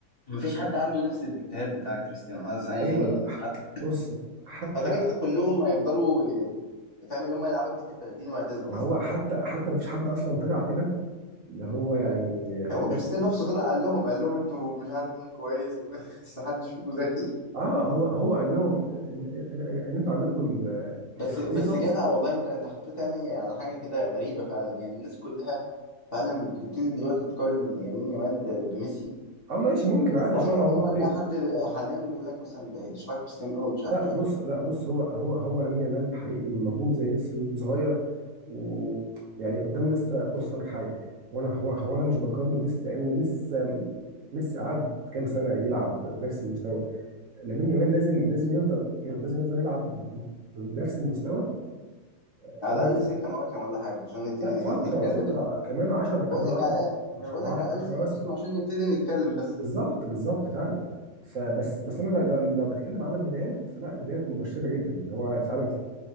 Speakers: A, on the left (about 35°); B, on the right (about 55°).
A: مفيش حد عنده نفس الاجتهاد بتاع كريستيانو أنا س- يعني
B: ايوه لا.
A: حتى
B: بص حتى
A: اعتقد كلهم هيفضلوا ي- يفهم اللي هم يلعبوا لحد ال 30 ويعتزلوا
B: ما
A: مثلا
B: هو حتى حتى مفيش حد اصلا طلع كده اللي هو يعني
A: <laughs>
B: خلاك
A: هو كريستيانو نفسه طلع قال لهم قال لهم انتوا مش عارف مين كويس و- <laughs> بس محدش فيكم زيي
B: اه هو هو قال لهم ان, إن, إن إن انتوا عندكم ال-
A: بس
B: الخريطه
A: بس جدع والله انت انت حطيت يعني على حاجه كده غريبه فعلا يعني الناس كلها فعلا بتبتدي دلوقتي تقارن يمين يامال ب- بميسي
B: اه ماشي ممكن
A: بس
B: عادي
A: عمر
B: عشان هو موهوب
A: عمر ما تلاقي
B: زيه
A: حد حاليا بيقول لك مثلا ده ده شبه كريستيانو قوي مش عارف
B: لا
A: ايه
B: بص لا بص هو هو هو لامين يامال حقيقي موهوب زي ميسي وصغير ويعني قدامه لسه بص لك حاجه وانا هو هو انا مش بقارنه بميسي لانه لسه م- ميسي قعد كام سنه يلعب بنفس المستوى لامين يامال لازم لازم يفضل لازم يفضل يلعب ب- بنفس المستوى آه،
A: على
B: كمان
A: الاقل
B: مثلا
A: ست مواسم ولا حاجه عشان نبتدي
B: لا فتره
A: نتكلم
B: فتره كمان 10
A: بقول
B: كمان
A: لك
B: 10
A: على الأقل- ما
B: مش
A: أنا بقول لك
B: 10
A: على الاقل ست
B: مثلا
A: مواسم عشان نبتدي نتكلم بس
B: بالظبط بالظبط فعلا فبس بس انا لو لو بتكلم على البدايات فلا بدايات مبشره جدا اللي هو فعلا